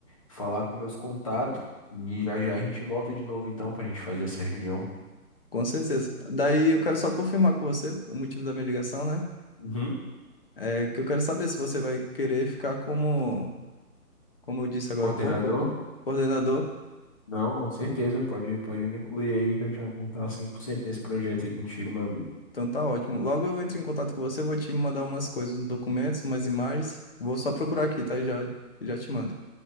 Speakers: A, on the left (about 20°); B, on the left (about 35°).
A: falar com meus contatos e já já a gente volta de novo, então, pra gente fazer essa reunião.
B: Com certeza. Daí eu quero só confirmar com você o motivo da minha ligação, né?
A: Uhum.
B: É que eu quero saber se você vai querer ficar como, como eu disse agora
A: Coordenador?
B: há pouco, coordenador.
A: Não, com certeza. Pode, pode me incluir aí que eu já vou estar 100% nesse projeto aí contigo, meu amigo.
B: Então tá ótimo. Logo eu entro em contato com você, vou te mandar umas coisas, uns documentos, umas imagens. Vou só procurar aqui, tá? E Já, já te mando.